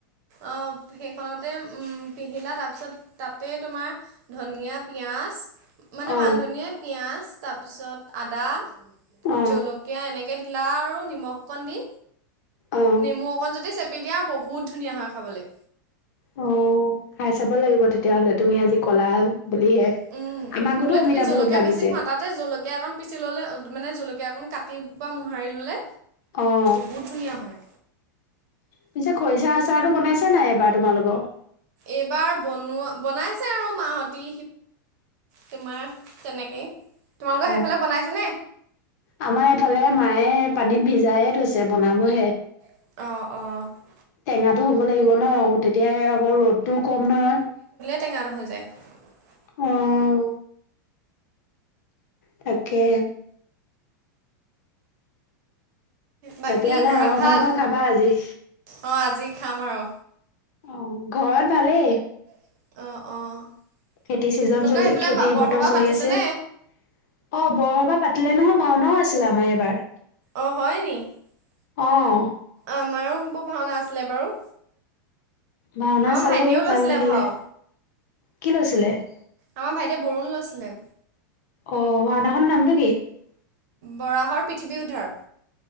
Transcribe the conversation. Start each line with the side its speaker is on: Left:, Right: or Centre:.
Right: অ, সেইখনতে উম পিহিলা তাৰপিছত তাতে তোমাৰ ধনিয়া, পিঁয়াজ মানে
Left: অ',
Right: মান ধনিয়া, পিঁয়াজ তাৰপিছত আদা
Left: অ',
Right: জলকীয়া এনেকে দিলা আৰু নিমখ অকণ দি।
Left: অ',
Right: নেমু অকণ যদি চেপি দিয়া বহুত ধুনীয়া হয়, খাবলৈ।
Left: অ, খাই চাব লাগিব তেতিয়াহলে। তুমি আজি কলা বুলিহে।
Right: উম,
Left: আমাৰ ঘৰতো
Right: বোলে
Left: অমিতা
Right: তুমি জলকীয়া
Left: বহুত লাগিছে।
Right: বেছি খোৱা, তাতে জলকীয়া একন পিছি ললে মানে জলকীয়া অকণ কাটি বা মোহাৰি ল'লে
Left: অ',
Right: বহুত ধুনীয়া হয়।
Left: পিছে খৰিচা আচাৰটো বনাইছা নাই এইবাৰ তোমালোকৰ
Right: এইবাৰ বনোৱা বনাইছে আৰু মাহঁতি তোমাৰ তেনেকেই
Left: <unintelligible>
Right: তোমালোকৰ সেইফালে বনাইছেনে?
Left: আমাৰ এইফালে মায়ে পানীত ভিজায়ে থৈছে বনাবহে
Right: <inaudible>
Left: টেঙাটো হ'ব লাগিব ন তেতিয়াহে আকৌ ৰ'দতটোও কম নহয় <unintelligible>
Right: টেঙা ন হৈ যায় <unintelligible>
Left: অঁ তাকে
Right: বাকী
Left: তেতিয়াহলে
Right: ঘৰত
Left: হাঁহৰ
Right: ভাল?
Left: মাংস খাবা আজি
Right: অ', আজি খাম আৰু
Left: অ ঘৰত ভালেই?
Right: <inaudible>
Left: খেতি চিজন
Right: তোমালোকৰ
Left: চলি
Right: সেইফালে
Left: খেতি
Right: বৰসবাহ
Left: বতৰ চলি
Right: পাতিছেনে?
Left: আছে অ বৰসবাহ <unintelligible> পাতিলে নহয় ভাওনাও আছিলে আমাৰ এইবাৰ <unintelligible>
Right: অ হয় নি? <unintelligible>
Left: অঁ <unintelligible>
Right: আমাৰো ভাওনা আছিলে বাৰু
Left: ভাওনা
Right: আমাৰ
Left: চালো
Right: ভাইটিয়েও লৈছিলে
Left: ভাল লাগিলে
Right: ভাও
Left: কি লৈছিলে <unintelligible>
Right: আমাৰ ভাইটিয়ে বৰুণ লৈছিলে
Left: অ ভাওনাখনৰ নামটো কি? <unintelligible>
Right: বৰাহৰ পৃথিৱী উদ্ধাৰ